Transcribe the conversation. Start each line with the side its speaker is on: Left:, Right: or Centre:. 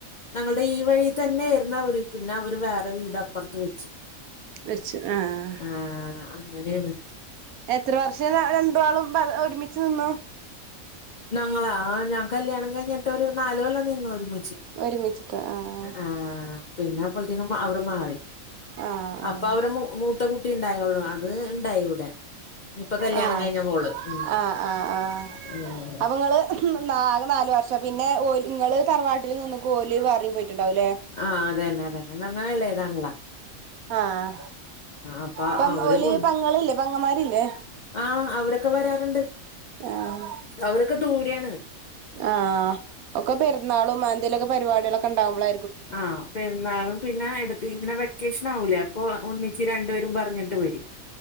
Left: ഞങ്ങള്ടെ ഈ വഴി തന്നെയിര്ന്ന് അവര് പിന്നെ അവര് വേറെ വീട് അപ്പറത്ത് വെച്ച്
Right: വെച്ച് ആഹ്
Left: ആ അങ്ങനേണ്
Right: എത്ര വർഷം പ രണ്ടാളും ഒരുമിച്ച് നിന്നു
Left: ഞങ്ങളാ ആഹ് ഞാൻ കല്യാണം കഴിഞ്ഞിട്ട് ഒരു നാലു കൊല്ലം നിന്നു ഒരുമിച്ച്
Right: ഒരുമിച്ചിട്ട് ആഹ്
Left: ആഹ് പിന്നെ അപ്പളത്തേക്കും അവര് മാറി
Right: ആഹ്
Left: അപ്പൊ അവരെ മൂ മൂത്ത കുട്ടിണ്ടായൊള്ളൂ അത് ണ്ടായി ഇവിടെ ഇപ്പൊ കല്യാണം
Right: ആഹ്
Left: കഴിഞ്ഞ മോള് ഉം
Right: ആഹ് ആഹ് ആഹ്
Left: ഉം
Right: അപ്പ ങ്ങള് ന്നാ ആകെ നാല് വർഷം ച്ച പിന്നെ ഓൽ ഇങ്ങള് തറവാട്ടില് നിന്നുക്കു ഓല് വേറെ പോയിട്ടുണ്ടാവുലെ
Left: ആഹ് അതന്നെ അതന്നെ നങ്ങള് എളെതാണല്ല
Right: ആഹ്
Left: അപ്പൊ
Right: പ്പം
Left: അവര്
Right: ഓല്
Left: പോയി
Right: പെങ്ങളില്ലേ പെങ്ങമാരില്ലേ
Left: ആഹ് അവരൊക്കെ വരാറ്ണ്ട്
Right: ആഹ്
Left: അവരൊക്കെ ദൂരേയാണ്
Right: ആഹ് ഒക്കെ പെരുന്നാളും മൻന്തേലൊക്കെ പരിപാടികളൊക്കെ ഇണ്ടാവുമ്പോളാ
Left: ആഹ് പെരുന്നാളും പിന്നെ എടു ഇങ്ങനെ വെക്കേഷനാവൂലേ അപ്പൊ ഒന്നിച്ച് രണ്ടുപേരും പറഞ്ഞിട്ട് വരും